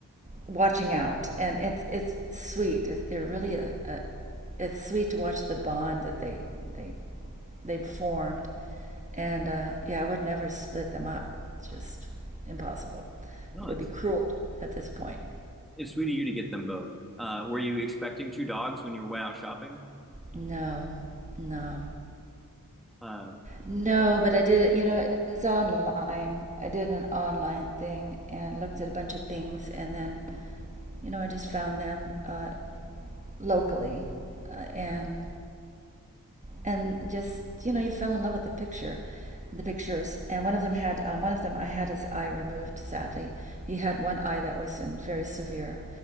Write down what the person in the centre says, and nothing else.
No,
it's,
it's sweet of you to get them both. Uh, were you expecting two dogs when you went out shopping?
Uh,